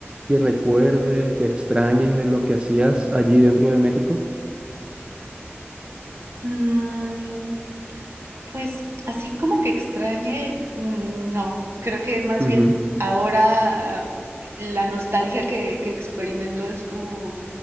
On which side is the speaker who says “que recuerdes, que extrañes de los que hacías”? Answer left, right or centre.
Right